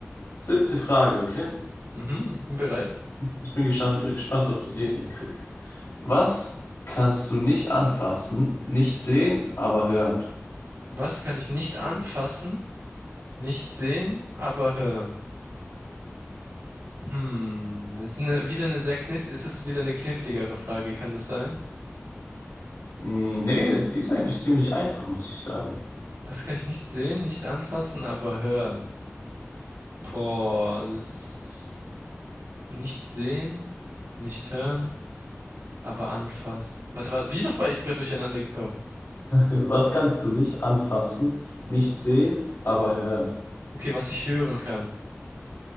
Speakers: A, on the left (about 80°); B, on the right (about 75°).
A: siebte Frage, okay?
B: Mhm, ich bin bereit.
A: Ich bin gespannt, gespannt, ob du die hinkriegst. Was kannst du nicht anfassen, nicht sehen, aber hören?
B: Was kann ich nicht anfassen, nicht sehen, aber hören? Hm, das ist eine, wieder eine sehr kniff, ist es wieder eine kniffligere Frage, kann das sein?
A: Hm, nee, die ist eigentlich ziemlich einfach, muss ich sagen.
B: Was kann ich nicht sehen, nicht anfassen, aber hören? Boah, das ist nicht sehen, nicht hören, aber anfassen. Warte, warte, wie noch war ich gerade durcheinander gekommen?
A: <laughs> Was kannst du nicht anfassen, nicht sehen, aber hören?
B: Okay, was ich hören kann.